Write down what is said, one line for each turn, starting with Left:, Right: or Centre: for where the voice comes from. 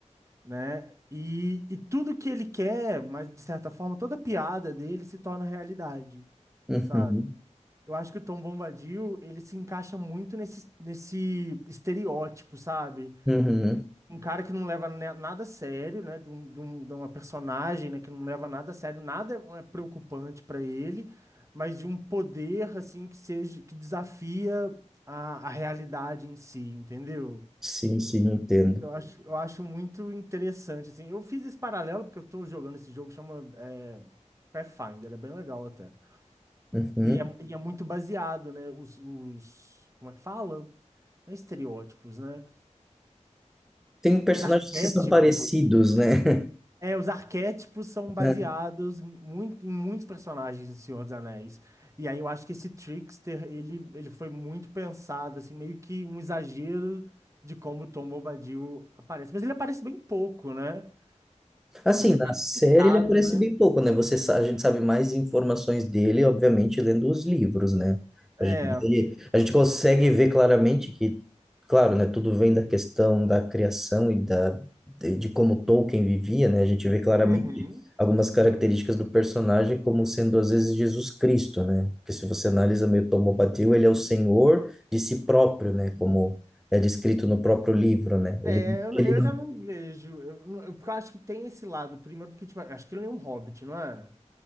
Right: né? E, e tudo que ele quer, mas de certa forma, toda piada dele se torna realidade,
Centre: Uhum,
Right: sabe? Eu acho que o Tom Bombadil, ele se encaixa muito nesse, nesse estereótipo, sabe?
Centre: uhum,
Right: Um cara que não leva ne- nada a sério, né? De, um- de um- de uma personagem, né? Que não leva nada a sério, nada é preocupante para ele, mas de um poder, assim, que seja, que desafia a, a realidade em si, entendeu?
Centre: sim, sim, entendo.
Right: Eu acho, eu acho muito interessante, assim. Eu fiz esse paralelo porque eu tô jogando esse jogo, chama é, Pathfinder, é bem legal até.
Centre: Uhum.
Right: E é, e é muito baseado, né? Os, os- como é que fala? Não é estereótipos, né?
Centre: Tem personagens
Right: Os arquétipos.
Centre: que são parecidos, né?
Right: É, os arquétipos são baseados
Centre: <laughs>
Right: em muito, em muitos personagens do Senhor dos Anéis. E aí eu acho que esse Trickster, ele, ele foi muito pensado, assim, meio que um exagero de como o Tom Bombadil aparece. Mas ele aparece bem pouco, né?
Centre: Assim,
Right: Ele é
Centre: na
Right: mais
Centre: série
Right: quitado,
Centre: ele aparece
Right: né?
Centre: bem pouco, né? Você, sa- a gente sabe mais informações dele, obviamente, lendo os livros, né?
Right: É.
Centre: A gente, ele- a gente consegue ver claramente que, claro, né? Tudo vem da questão da criação e da, de, de como Tolkien vivia, né? A gente vê claramente
Right: Uhum.
Centre: algumas características do personagem como sendo, às vezes, Jesus Cristo, né? Porque se você analisa meio Tomobadil, ele é o Senhor de si próprio, né? Como é descrito no próprio livro, né? Ele,
Right: É, eu,
Centre: ele
Right: eu
Centre: não
Right: já não vejo. Eu, não- eu- porque eu acho que tem esse lado. Primeiro, porque, tipo, eu acho que ele é um hobbit, não é?